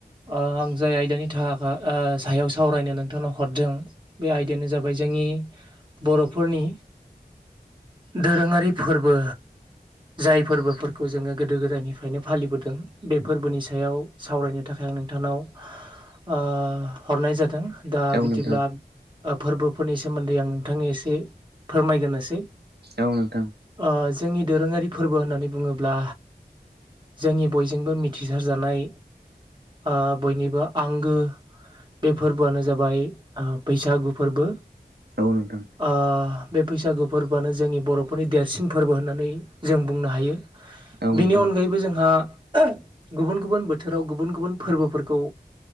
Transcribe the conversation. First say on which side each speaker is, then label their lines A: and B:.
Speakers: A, on the right; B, on the right.
A: ओ आं जाय आयदानि थाखा आ सायाव सावरायनो नोंथांनाव हरदों बे आयदायानो जाबाय जोंनि बर'फोरनि दोरोङारि फोरबो। जाय फोरबोफोरखौ जोङो गोदो गोदायनिफ्रायनो फालिबोदों बे फोरबोनि सायाव सावरायनो थाखाय नोंथानाव ओ हरनाय जादों दा
B: औ
A: बिदिब्ला
B: नोंथां
A: ओ फोरबोफोरनि सोमोन्दै आं नोंथांनि एसे फोरमायग्रोनोसै।
B: औ नोंथां।
A: ओ जोंनि दोरोङारि फोरबो होननानै बुङोब्ला जोंनि बयजोंबो मिथिसारजानाय ओ बयनिबो आंगो बे फोरबोआनो जाबाय बैसागु फोरबो।
B: औ नोंथां
A: ओ बे बैसागु फोरबोआनो जोंनि बर'फोरनि देरसिन फोरबो होननानै जों बुंनो हायो।
B: औ नोंथां
A: बेनि अनगायैबो जोंहा गुबुन गुबुन बोथोराव गुबुन गुबुन फोरबोफोरखौ